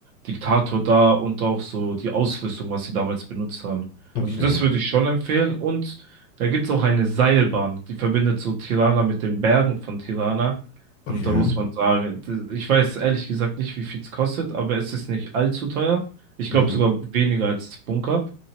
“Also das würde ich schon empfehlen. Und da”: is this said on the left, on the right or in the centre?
Right